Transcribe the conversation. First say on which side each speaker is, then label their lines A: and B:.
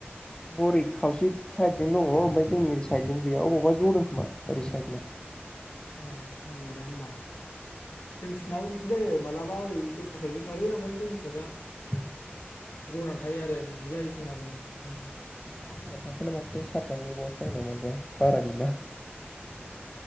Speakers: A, on the left; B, on the left.
A: बोरै खावसे साइदजों दङ ओमफ्राय जोंनि ओरै साइड जों गैया अबावबा जदों खोमा ओरै साइडना
B: ए नंगौदां होनबा जों नाबो बिदि जायो मालाबा ओरै दस्रा साइदजों थायो ओमफ्राय जोंनि खायदा
A: जोंना
B: जनानै थायो आरो बिदि जायो जोंनाबो
A: उ थार जना थाखो ना माखौथाय सार्जनो गैबावासो आंना मानोबा बारा गैला